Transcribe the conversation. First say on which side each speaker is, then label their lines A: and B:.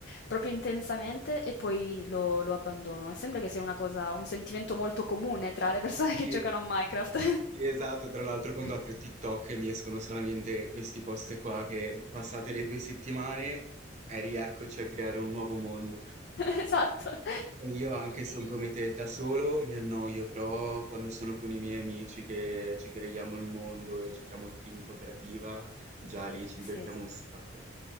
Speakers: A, on the left; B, on the right.
A: proprio intensamente e poi lo, lo abbandono. E sembra che sia una cosa, un sentimento molto comune tra le persone
B: Sì.
A: che giocano a Minecraft.
B: Sì, esatto, tra l'altro quando
A: <laughs>
B: apro TikTok mi escono solamente questi post qua che passate le due settimane e rieccoci a creare un nuovo mondo.
A: Esatto. <laughs>
B: E io anche sono come te, da solo mi annoio, però quando sono con i miei amici che ci creiamo il mondo e giochiamo tutti in cooperativa, già lì ci divertiamo
A: Sì.
B: un sacco.